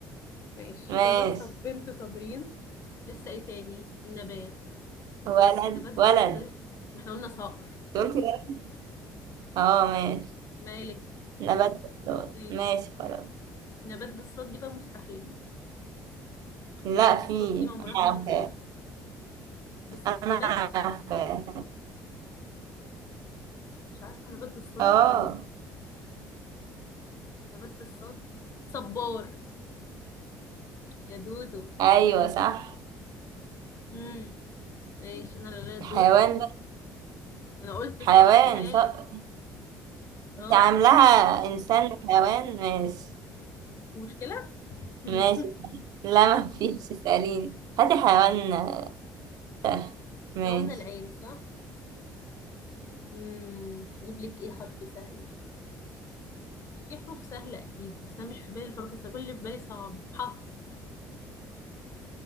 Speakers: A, on the left; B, on the right.
A: ماشي
B: ماشي
A: وجماد صب بنت صابرين لسه ايه تاني النبات
B: ولد
A: نبات بالص
B: ولد
A: ما احنا قلنا صقر
B: قلت ولد اه ماشي
A: مالك
B: نبات بالصوت
A: ماشي
B: ماشي خلاص
A: نبات بالصاد دي بقى مستحيل
B: لا
A: نبات بالصاد
B: في
A: دي عمرها
B: انا
A: ما
B: عارفاه
A: هتغير بس
B: انا
A: نبات
B: عارفاه
A: مش عارفة نبات بالصاد
B: اه
A: دي خالص نبات بالصاد صبار يا دودو
B: ايوه
A: ماشي
B: صح
A: امم ماشي انا اللي ليا الدور
B: حيوان بقى
A: انا قلت
B: حيوان
A: صقر مالك
B: صح
A: اه
B: انت عاملاها انسان وحيوان ماشي
A: مشكلة <laughs>
B: ماشي صح. لا ما فيش اسأليني هاتي حيوان
A: ماشي
B: آه، سهل ماشي
A: احنا قلنا العين صح امم اجيب لك ايه حرف سهل في حروف سهلة أكيد بس أنا مش في بالي الحروف السهلة كل اللي في بالي صعب ح